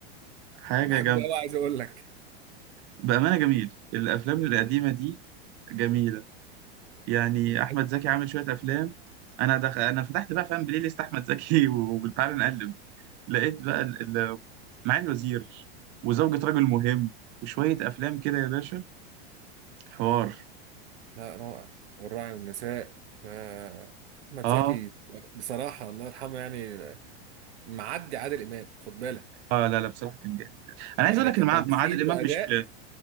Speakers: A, on the right; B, on the right.
A: حاجة
B: بحبه
A: جامدة
B: قوي عايز اقول لك
A: بأمانة جميل الافلام القديمة دي جميلة يعني
B: بحب
A: احمد زكي عامل شويه افلام انا دخ... انا فتحت بقى فاهم بلاي ليست احمد زكي <laughs> وتعالى نقلب لقيت بقى
B: مم.
A: ال... ال... معالي الوزير وزوجة رجل مهم وشويه افلام كده يا باشا حوار
B: لا رائع والراعي والنساء ده احمد
A: اه
B: زكي بصراحه الله يرحمه يعني معدي عادل امام خد بالك
A: اه لا لا بصراحه كان جامد انا
B: يعني
A: عايز اقول لك
B: كتمثيل
A: ان مع مع عادل امام
B: واداء
A: مش